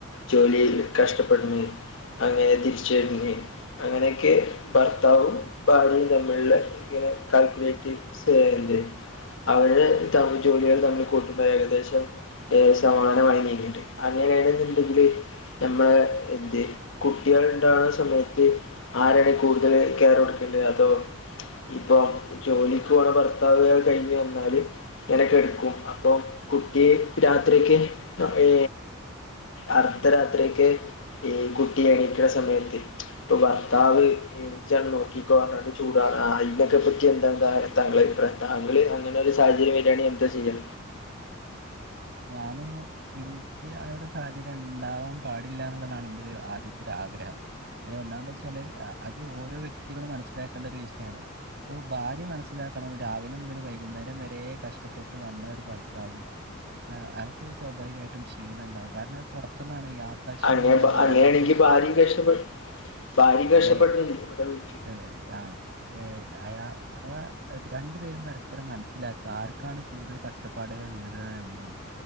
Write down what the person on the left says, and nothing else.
ജോലിയിൽ കഷ്ടപ്പെടുന്നു അങ്ങനെ തിരിച്ചു വരുന്ന് അങ്ങനെയൊക്കെ ഭർത്താവും ഭാര്യയും തമ്മില്ള്ള ഇങ്ങനെ കാൽക്കുലേറ്റ് <unintelligible> അവരുടെ ജോലികൾ തമ്മിൽ കൂട്ടുമ്പോ ഏകദേശം ഏ സമാനം നീങ്ങും ണ്ട് അങ്ങനെയാണ്ന്ന്ണ്ടെങ്കില് നമ്മള എന്ത് കുട്ടികൾ ഉണ്ടാവുന്ന സമയത്ത് ആരാണ് കൂടുതൽ കെയർ കൊടുക്കേണ്ടത് അതോ ഇപ്പൊ ജോലിക്ക് പോണ ഭർത്താവ് അത് കഴിഞ്ഞ് വന്നാൽ ഇങ്ങനെ കിടക്കും അപ്പൊ കുട്ടി രാത്രിയൊക്കെ ഏ അർദ്ധരാത്രിക്ക് ഈ കുട്ടി എണീക്കുന്ന സമയത്ത് ഇപ്പൊ ഭർത്താവ് ഇജ്ജ നോക്കിക്കോ പറഞ്ഞിട് ചൂടാവ അതിനക്കെ പറ്റി എന്താ താങ്കള അഭിപ്രായം താങ്കള്നെ ഒരു സാഹചര്യം വരാണെങ്കിൽ എന്താ ചെയ്യാ
അങ്ങനെ
അങ്ങനെയാണെങ്കിൽ
ഭാര്യയും കഷ്ടപ്പെടും ഭാര്യയും കഷ്ടപ്പെട്ടില്ലേ
ഇവിടെ വീട്ടിൽ